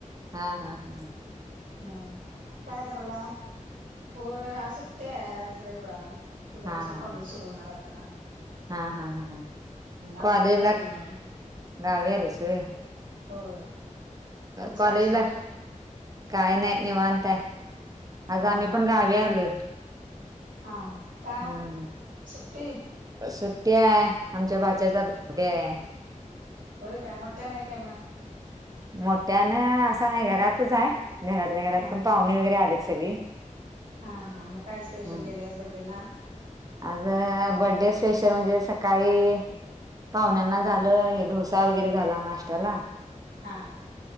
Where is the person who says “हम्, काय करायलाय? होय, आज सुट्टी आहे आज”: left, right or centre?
Right